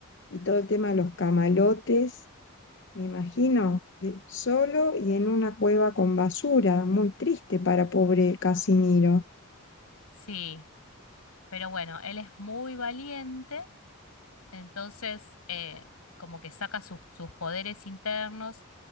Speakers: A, on the left; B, on the left.
A: y todo el tema de los camalotes, me imagino de- solo y en una cueva con basura, muy triste para pobre Casiniro.
B: Sí, pero bueno, él es muy valiente, entonces eh, como que saca sus, sus poderes internos,